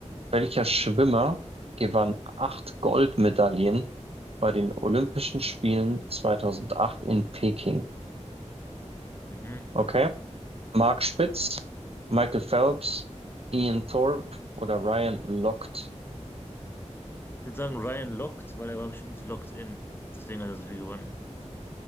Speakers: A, on the right; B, on the left.
A: welcher Schwimmer gewann acht Goldmedaillen bei den Olympischen Spielen 2008 in Peking?
B: Mhm.
A: Okay. Mark Spitz, Michael Phelps, Ian Thorpe oder Ryan Lochte?
B: Ich würde sagen, Ryan lockt, weil er war bestimmt locked in. Deswegen hat er so viel gewonnen.